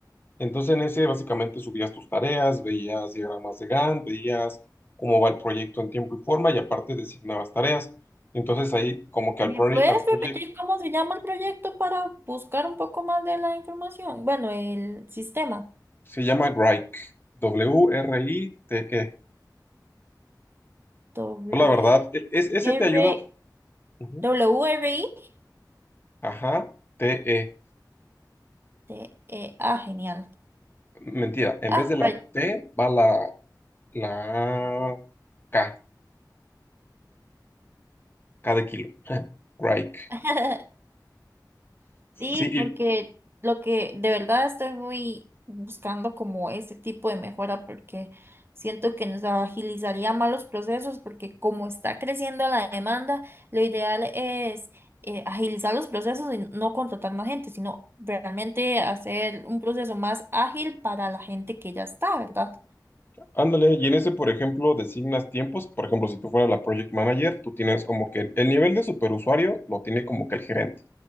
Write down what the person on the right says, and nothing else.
¿Me
puedes
repetir cómo se llama el proyecto para buscar un poco más de la información? Bueno, el sistema.
W
R
W R I
Este, eh, ah, genial.
Ah,
pero-
<laughs> Sí,
porque lo que de verdad estoy muy buscando como ese tipo de mejora porque siento que nos agilizaría más los procesos porque como está creciendo la demanda, lo ideal es eh, agilizar los procesos y no contratar más gente, sino realmente hacer un proceso más ágil para la gente que ya está, ¿verdad?